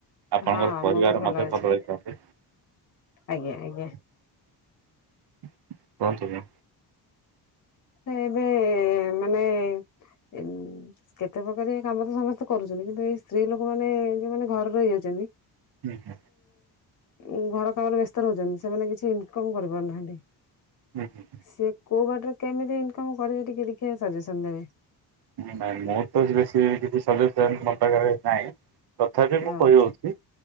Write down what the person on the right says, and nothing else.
ଆପଣଙ୍କର
ପରିବାର
ମଧ୍ୟ
ଭଲରେ ଥାଆନ୍ତୁ। କୁହନ୍ତୁ
ମ୍ୟାମ୍
ହୁଁ ହୁଁ।
ହୁଁ ହୁଁ।
ନାଁ ମୁଁ ତ ବେଶୀ କିଛି ସଜେସନ ମୋ ପାଖରେ ନାହିଁ। ତଥାପି ବି
ମୁଁ କହିଦଉଛି